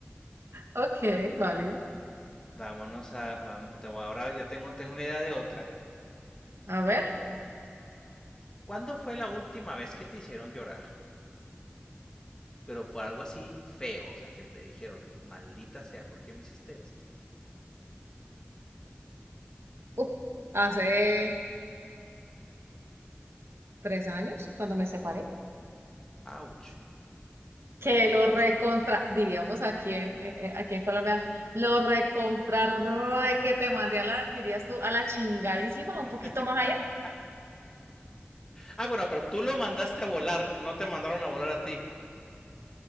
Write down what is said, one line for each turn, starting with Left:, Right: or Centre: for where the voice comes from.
Right: Ok, válido.
Left: Vámonos a... vam- te ahora ya tengo, tengo una idea de otra.
Right: A ver,
Left: ¿Cuándo fue la última vez que te hicieron llorar? Pero por algo así feo, o sea, que te dijeron, maldita sea, ¿por qué me hiciste esto?
Right: uf, hace tres años cuando me separé,
Left: Ouch.
Right: que
Left: Bueno, sí
Right: lo
Left: está.
Right: recontra, diríamos aquí en, eh, eh, aquí en Colombia, lo recontra re que te mandé a la, dirías tú, a la chingadísima,
Left: <laughs>
Right: un poquito más allá.
Left: ah, bueno, pero tú lo mandaste a volar, no te mandaron a volar a ti.